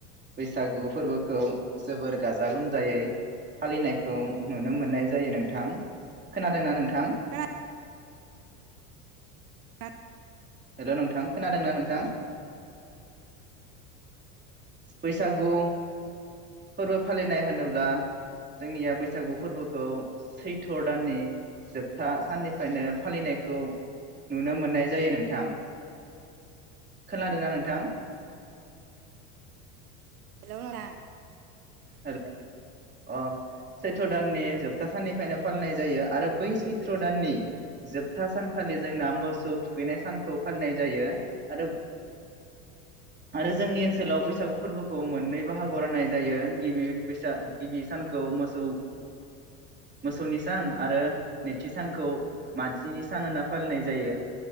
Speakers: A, on the right (about 25°); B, on the right (about 80°).
A: बैसागु फोरबोखौ जोबोर गाजा गोमजायै फालिनायखौ नुनो मोननाय जायो नोंथां खोनादोंना नोंथां
B: खोनादोंना <unintelligible>
A: हेल' नोंथां खोनादोंना नोंथां बैसागु फोरबो फालिनाय होनोब्ला जोंनिया बैसागु फोरबोखौ सैथ' दाननि जोबथा साननि फ्रायनो फालिनायखौ नुनो मोननाय जायो नोंथां खोनादों ना नोंथां
B: <unintelligible>
A: हेल' अ सैथ्र दाननि जोबथा साननिफ्रायनो फालिनाय जायो आरो बै सैथ्र दाननि जोबथा सानखालि जोंना मोसौ थुखैनाय सानखौ फालिनाय जायो आरो आरो जोंनि ओनसोलाव बैसागु फोरबोखौ मोननै बाहागोआव राननाय जायो गिबि बैसा गिबि सानखौ मोसौ मोसौनि सान आरो नैथि सानखौ मानसिनि सान होनना फालिनाय जायो